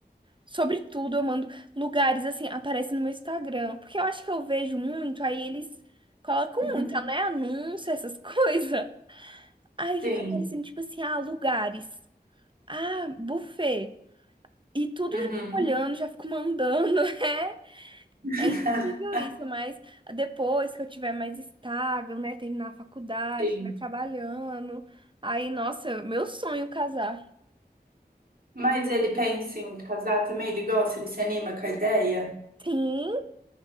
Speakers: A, on the right; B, on the right.
A: Sobretudo, eu mando lugares assim, aparece no meu Instagram. Porque eu acho que eu vejo muito, aí eles colocam
B: Uhum.
A: muito, né? Anúncio, essas <laughs> coisas. Aí fica
B: Sim.
A: aparecendo, tipo assim, ah, lugares. Ah, buffet. E tudo
B: Uhum.
A: eu já fico olhando, já fico mandando. <laughs>
B: <laughs>
A: É, é incrível isso, mas depois que eu tiver mais estável, né? Terminar a faculdade,
B: Sim.
A: estiver trabalhando. Aí, nossa, meu sonho casar.
B: Mas ele pensa em casar também? Ele gosta? Ele se anima com a ideia?
A: Sim.